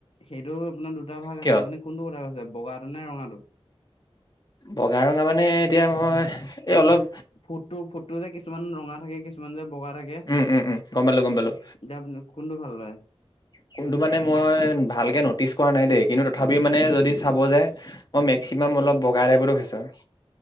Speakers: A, on the left; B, on the left.
A: সেইটো আপোনাৰ দুটা ভাগ
B: কিয়
A: আছে আপুনি কোনটো কথা কৈছে বগাটো নে ৰঙাটো।
B: বগা ৰঙা মানে এতিয়া মই এই অলপ
A: ফুটটো- ফুটটো যে কিছুমান ৰঙা থাকে কিছুমান যে বগা থাকে
B: উম উম-উম, গম পালোঁ - গম পালোঁ।
A: এতিয়া আপুনি কোনটো ভাল লয়
B: কোনটো মানে মই ভালকে নটিছ কৰা নাই দেই, কিন্তু তথাপিও মানে যদি চাব যাই মই মেক্সিমাম
A: উম
B: অলপ বগাই টাইপতো খাইছোঁ।